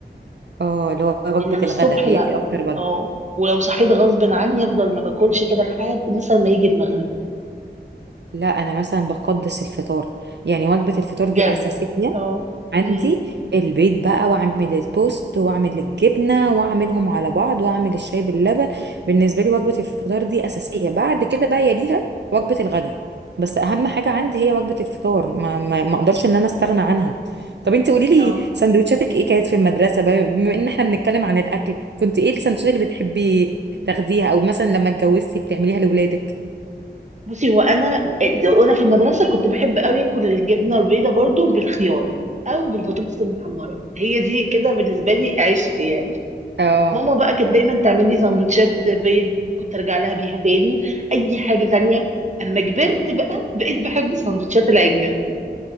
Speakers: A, on the right (about 70°); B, on the right (about 40°).
A: اه اللي هو وجبه
B: انما
A: الغدا
B: الصبح
A: هي
B: لا
A: دي اكتر وجبه
B: اه ولو صحيت غصب عني افضل ما باكلش كده لحد مثلا ما يجي المغرب
A: لا انا مثلا بقدس الفطار يعني وجبه الفطار
B: بجد
A: دي اساسيه
B: اه
A: عندي
B: امم
A: البيض بقى واعمل التوست واعمل الجبنه واعملهم على بعض واعمل الشاي باللبن بالنسبه لي وجبه الفطار دي اساسيه بعد كده بقى يليها وجبه الغداء بس اهم حاجه عندي هي وجبه الفطار ما ما, ما اقدرش ان انا استغنى عنها طب انت قولي لي
B: اه
A: سندوتشاتك ايه كانت في المدرسه بقى، بما ان احنا بنتكلم عن الاكل كنت ايه السندوتشات اللي بتحبي تاخديها او مثلا لما اتجوزتي بتعمليها لاولادك
B: بصي هو انا وانا في المدرسه كنت بحب قوي اكل الجبنه البيضاء برضو بالخيار او بالبطاطس المحمره هي دي كده بالنسبه لي عيش يعني
A: اه
B: ماما بقى كانت دايما تعمل لي سندوتشات بيض كنت ارجع لها بيها تاني اي حاجه تانية اما كبرت بقى بقيت بحب سندوتشات العجه